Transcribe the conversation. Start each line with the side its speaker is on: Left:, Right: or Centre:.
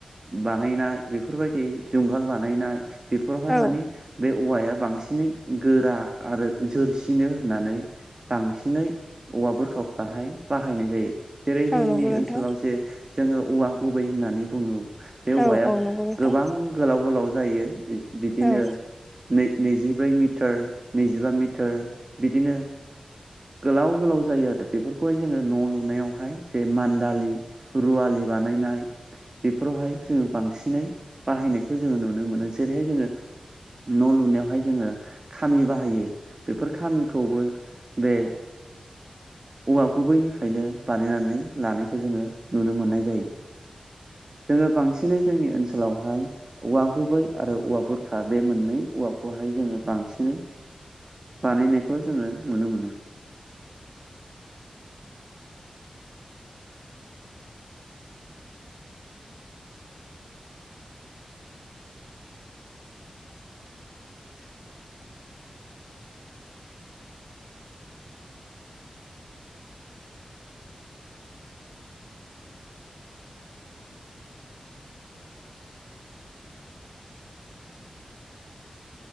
Right: बानायनाय बेफोरबायदि जुंगाल बानायनाय बेफोरावहाय
Centre: औ
Right: मानि बे औवाया बांसिनै गोरा आरो जोरसिनो होननानै बांसिनै औवा बुरखाखौहाय बाहायनाय जायो जेरै
Centre: औ
Right: जोंनि
Centre: नंगौ नोंथां
Right: ओनसोलाव जे जोङो औवा गुबै होननानै बुङो बे औवाया
Centre: औ औ नंगौ नोंथां
Right: गोबां गोलाव गोलाव जायो बि बिदिनो
Centre: औ
Right: नै नैजिब्रै मिटार नैजिबा मिटार बिदिनो गोलाव गोलाव जायो आरो बेफोरखौहाय जोङो न' लुनायावहाय जे मान्दालि रुवालि बानायनाय बेफोरावहाय जोङो बांसिनै बाहायनायखौ जोङो नुनो मोनो जेरैहाय जोङो न' लुनायावहाय जोङो खामि बाहायो बेफोर खामिखौबो बे औवा गुबैनिफ्रायनो बानायनानै लानायखौ जोङो नुनो मोननाय जायो। जोङो बांसिनै जोंनि ओनसोलावहाय औवा गुबै आरो औवा बुरखा बे मोननै औवाखौहाय जोङो बांसिनै बाहायनायखौ जोङो नुनो मोनो।